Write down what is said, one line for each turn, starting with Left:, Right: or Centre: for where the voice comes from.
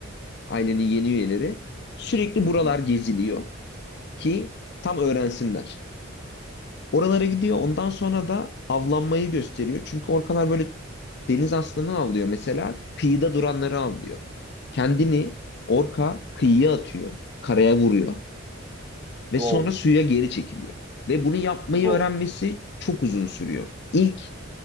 Left: ailenin yeni üyeleri sürekli
Right: Hı
Left: buralar
Right: hı.
Left: geziliyor ki tam öğrensinler. Oralara gidiyor. Ondan sonra da avlanmayı gösteriyor. Çünkü orkalar böyle Deniz aslanı avlıyor mesela kıyıda duranları avlıyor. Kendini orka kıyıya atıyor, karaya vuruyor
Right: Wow.
Left: ve sonra suya geri çekiliyor. Ve bunu yapmayı
Right: Wow.
Left: öğrenmesi çok uzun sürüyor. İlk